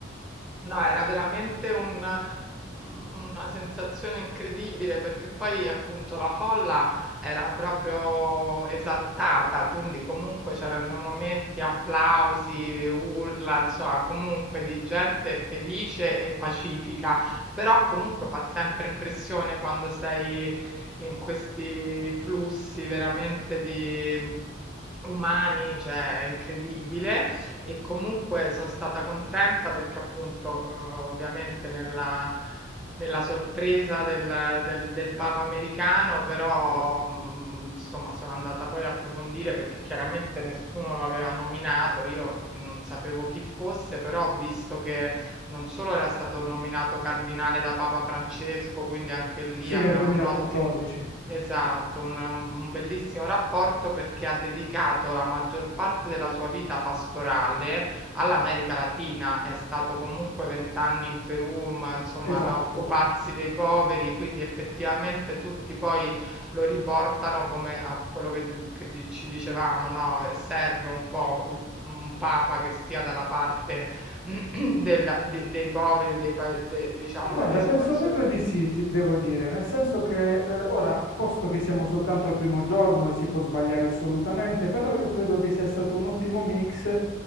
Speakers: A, in the centre; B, on the left.
A: No, era veramente un- una sensazione incredibile perché poi appunto la folla era proprio esaltata, quindi comunque c'erano i momenti, applausi, urla, insomma, comunque di gente felice e pacifica, però comunque fa sempre impressione quando sei in questi flussi veramente di umani, cioè è incredibile e comunque son stata contenta perché appunto, uhm, ovviamente nella nella sorpresa del del del Papa americano, però,
B: Certo.
A: mhmm, insomma sono andata poi a approfondire perché chiaramente nessuno lo aveva nominato, io mhmm, non sapevo chi fosse, però ho visto che non solo era stato nominato cardinale da Papa Francesco, quindi anche lì
B: Sì,
A: avevano
B: nel 2014,
A: un ottimo Esatto, un, un bellissimo rapporto perché ha dedicato la maggior parte della sua vita pastorale all'America Latina. È stato comunque vent'anni in Perù, ma, insomma,
B: esatto.
A: a occuparsi dei poveri, quindi effettivamente tutti poi lo riportano come a quello che, che di- ci dicevamo, no? Serve un po' il- un papa che stia dalla parte <clears throat> della- di- dei poveri, dei, pa- de- diciamo,
B: Ma guarda,
A: delle situazioni.
B: penso proprio di sì, ti devo dire, nel senso che eh, ora, posto che siamo soltanto al primo giorno e si può sbagliare assolutamente, però io credo che sia stato un ottimo mix